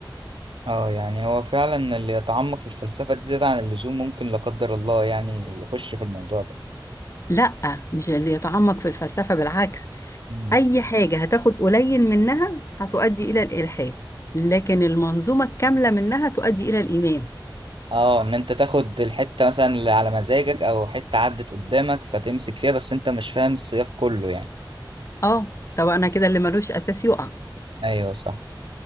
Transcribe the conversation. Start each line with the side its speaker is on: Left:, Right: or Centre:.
Right: اه يعني هو فعلا اللي يتعمق في الفلسفه دي زياده عن اللزوم ممكن لا قدر الله يعني يخش في الموضوع ده
Left: لا مش اللي يتعمق في الفلسفة بالعكس
Right: مم.
Left: أي حاجة هتاخد قليل منها هتؤدي إلى الإلحاد لكن المنظومة الكاملة منها تؤدي إلى الإيمان
Right: اه ان انت تاخد الحته مثلا اللي على مزاجك او حته عدت قدامك فتمسك فيها بس انت مش فاهم السياق كله يعني
Left: اه طب أنا كده اللي ملوش أساس يقع
Right: ايوه صح